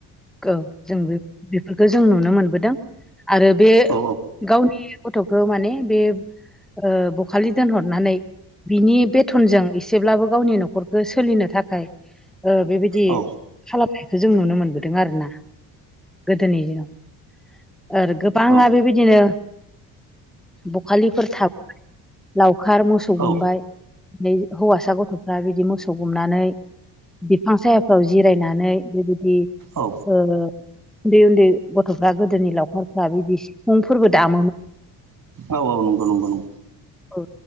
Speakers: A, in the centre; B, on the right.
A: औ जोंबो बि खो जों नुनो मोनबोदों आरो बे
B: औ
A: गावनि गथ'खौ माने बे ओ बखालि दोनहरनानै बिनि बेथनजों एसेब्लाबो गावनि नखरखौ सोलिनो थाखाय ओ बेबायदि
B: औ
A: खालाम जों नुनो मोनबोदों आरोना गोदोनि दिनाव आरो गोबां
B: औ
A: आरो बेबायदिनो बखालिफोर था लावखार मोसौ गुमबाय
B: औ
A: बे हौवासा गथ'फ्रा बिदि मोसौ गुमनानै बिफां सायाफ्राव जिरायनानै बेबायदि
B: औ
A: ओ उन्दै-उन्दै गथ'फ्रा गोदोनि लावखारफ्रा बिदि सिफुंफोरबो दाम
B: औ औ नंगौ नंगौ नंगौ
A: औ